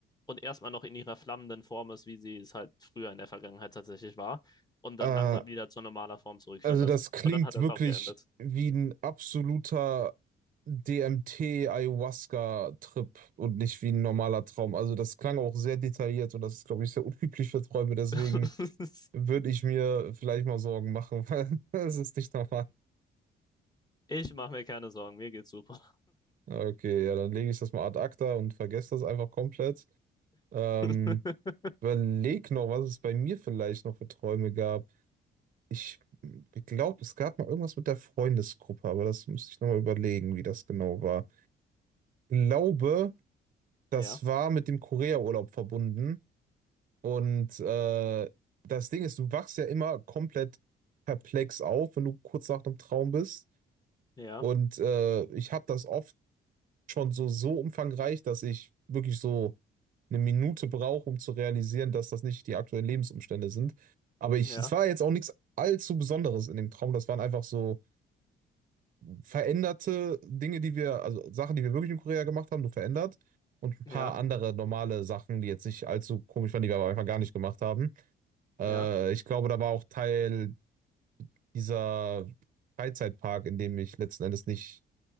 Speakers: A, on the left; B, on the right.
A: und erstmal noch in ihrer flammenden Form ist, wie sie es halt früher in der Vergangenheit tatsächlich war und
B: Äh,
A: dann langsam wieder zur normaler Form zurückfindet.
B: Also das klingt
A: Und dann hat der
B: wirklich
A: Traum geendet.
B: wie ein absoluter DMT-Ayahuasca-Trip und nicht wie ein normaler Traum. Also das klang auch sehr detailliert und das ist, glaube ich, sehr unüblich für Träume. Deswegen
A: <laughs>
B: würde ich mir vielleicht mal Sorgen machen, <laughs> weil das ist nicht normal.
A: Ich mache mir keine Sorgen, mir geht's super.
B: Okay, ja, dann lege ich das mal ad acta und vergesse das einfach komplett. Ähm,
A: <laughs>
B: überleg noch, was es bei mir vielleicht noch für Träume gab. Ich glaube, es gab mal irgendwas mit der Freundesgruppe, aber das müsste ich nochmal überlegen, wie das genau war. glaube, das
A: Ja,
B: war mit dem Korea-Urlaub verbunden. Und äh, das Ding ist, du wachst ja immer komplett perplex auf, wenn du kurz nach einem Traum bist.
A: ja,
B: Und äh, ich habe das oft schon so, so umfangreich, dass ich wirklich so eine Minute brauche, um zu realisieren, dass das nicht die aktuellen Lebensumstände sind. Aber ich,
A: ja,
B: es war jetzt auch nichts allzu Besonderes in dem Traum. Das waren einfach so. veränderte Dinge, die wir, also Sachen, die wir wirklich in Korea gemacht haben, nur verändert. Und ein
A: ja,
B: paar andere normale Sachen, die jetzt nicht allzu komisch waren, die wir aber einfach gar nicht gemacht haben.
A: ja,
B: Äh, ich glaube, da war auch Teil dieser Freizeitpark, in dem ich letzten Endes nicht